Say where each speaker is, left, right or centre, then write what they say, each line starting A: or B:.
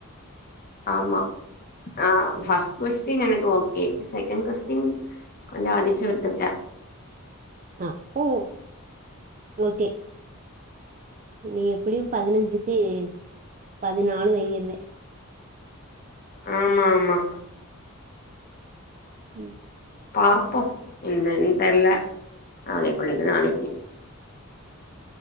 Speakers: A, on the left (about 45°); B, on the right (about 35°).
A: ஆமா அ
B: ம்
A: பஸ் கொஸ் டின் எனக்கு ஓகே செகண் கொஸ்டின் கொஞ்ச அடிச்சு விட்டுருக்கே
B: அப்போ ஓகே நீ எப்புடியு பதினஞ்சுக்கு பதினாலு வாங்கிருவே
A: ஆமா ஆமா
B: ம்
A: பாப்போ என்னன்னு தெர்ல நாளைக்குள்ளது நாளைக்கி